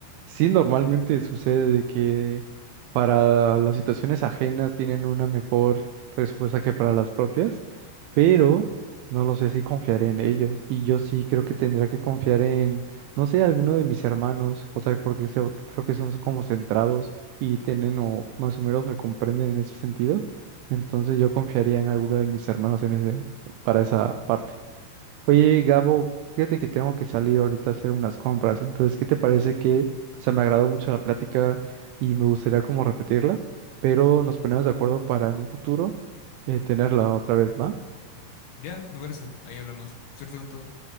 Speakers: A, on the right (about 85°); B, on the left (about 85°).
A: Sí, normalmente sucede de que para las situaciones ajenas tienen una mejor respuesta que para las propias, pero no lo sé si confiaré en ellos. Y yo sí creo que tendría que confiar en, no sé, alguno de mis hermanos, o sea, porque se- creo que son como centrados y tienen o más o menos me comprenden en ese sentido. Entonces yo confiaría en alguno de mis hermanos en ese, para esa parte. Oye, Gabo, fíjate que tengo que salir ahorita a hacer unas compras. Entonces, ¿qué te parece que, o sea, me agradó mucho la plática y me gustaría como repetirla, pero nos ponemos de acuerdo para en un futuro eh, tenerla otra vez, ¿va?
B: Ya, me parece. Ahí hablamos. Cierto con todo.